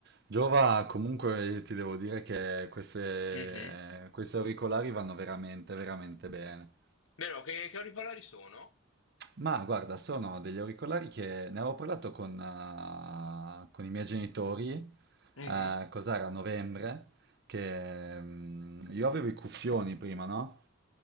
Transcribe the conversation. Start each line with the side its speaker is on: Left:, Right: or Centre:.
Right: Giova, comunque io ti devo dire che queste,
Left: Mhm.
Right: questi auricolari vanno veramente, veramente bene.
Left: Vero, che, che auricolari sono?
Right: Ma guarda, sono degli auricolari che ne avevo parlato con, eh, con i miei genitori,
Left: Mhm.
Right: eh, cos'era, a novembre, che mm, io avevo i cuffioni prima, no?